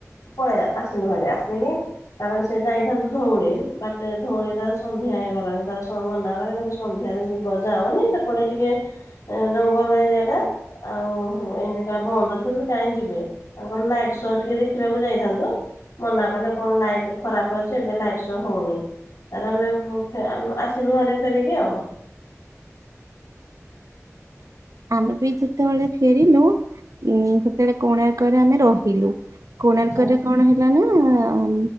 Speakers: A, on the left; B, on the right.
A: ପଳେଇ ଆସିଲୁ ଘରେ ଆସିକି ତା'ପରେ ସେ ଯାଇଥାନ୍ତୁ ଧଉଳୀ! ବାଟେରେ ଧଉଳି ତା ସନ୍ଧ୍ୟା ହେଇଗଲାଣି ତାର ସ ମନା କଲେ। କଲେ ସ ସନ୍ଧ୍ୟାରେ ଯିବ ଯାଅନି। ସେପଟେ ଟିକେ ଜଙ୍ଗଲ ଏରିଆ ଟା ଆଉ ଏଇନିକା ବନ୍ଦ ଥିବ। କାଇଁ ଯିବେ? ତାଙ୍କର ଲାଇଟ୍ ଶୋ ଟିକେ ଦେଖିବାକୁ ଯାଇଥାନ୍ତୁ। ମନା କଲେ କଣ ଲାଇ ଦେଖ ଖରାପ ଅଛି। ଏବେ ଲାଇଟ୍ ଶୋ ହଉନି। ତାର ଆମେ-ଏ-ମ ଆମ୍ ଆସିଲୁ ହାରି ଫେରିକି ଆଉ।
B: ଆମେ ବି ଯେତେବେଳେ ଫେରିଲୁ, ଉଁ ସେତେବେଳେ କୋଣାର୍କରେ ଆମେ ରହିଲୁ। କୋଣାର୍କରେ
A: ଆଚ୍ଛା
B: କଣ ହେ ଲାନା, ଆମ୍